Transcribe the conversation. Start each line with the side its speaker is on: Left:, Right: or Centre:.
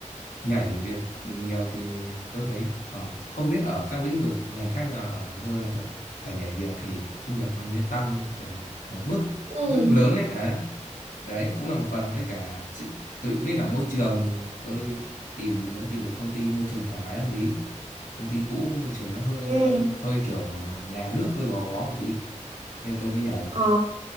Left: nhảy việc nhiều thì tôi thấy ở không biết ở các lĩnh vực ngành khác nhưng ở của tôi là kiểu phải nhảy việc thì thu nhập nó mới tăng kiểu một một bước
Right: Ừ.
Left: bước lớn ấy Đấy. đấy cũng là một phần với cả chị- tự với cả môi trường tôi tìm muốn tìm một công ty môi trường thoải mái hơn tí công ty cũ môi trường nó hơi ờ,
Right: Ừ.
Left: hơi kiểu nhà nước hơi gò bó một tí nên tôi mới nhảy
Right: Ờ,